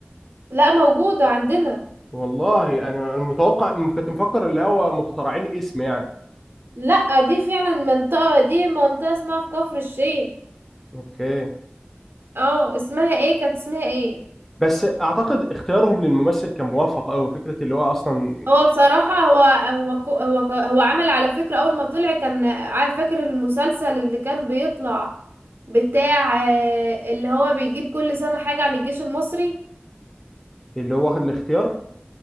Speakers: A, on the right; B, in the centre.
A: لا موجودة عندنا
B: والله أنا أنا متوقع م- كنت مفكر اللي هو مخترعين اسم يعني
A: لا دي فعلا منطقة دي منطقة اسمها في كفر الشيخ
B: أوكي
A: اه اسمها ايه كانت اسمها ايه
B: بس أعتقد اختيارهم للممثل كان موفق أوي فكرة اللي هو أصلا
A: هو بصراحة هو هو كو- هو ك- هو عمل على فكرة أول ما طلع كان عارف فاكر المسلسل اللي كان بيطلع بتاع آه، اللي هو بيجيب كل سنة حاجة عن الجيش المصري
B: اللي هو واخد الاختيار